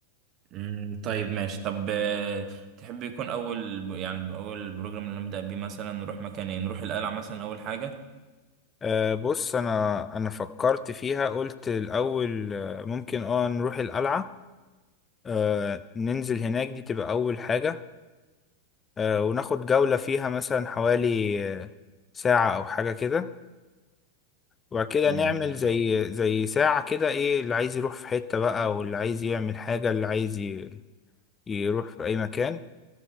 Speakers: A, on the right; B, on the left.
A: مم، طيب ماشي طب آه، تحب يكون اول ب- يعني اول بروجرام اللي نبدأ بيه مثلا نروح مكان ايه نروح القلعة مثلا اول حاجة
B: أه بص انا انا فكرت فيها قلت الاول آه، ممكن اه نروح القلعة أه ننزل هناك دي تبقى اول حاجة آه، وناخد جولة فيها مثلا حوالي آه، ساعة أو حاجة كده وبعد كده
A: مم،
B: نعمل
A: ايوه
B: زي زي ساعة كده إيه اللي عايز يروح في حتة بقى واللي عايز يعمل حاجة اللي عايز ي- يروح في أي مكان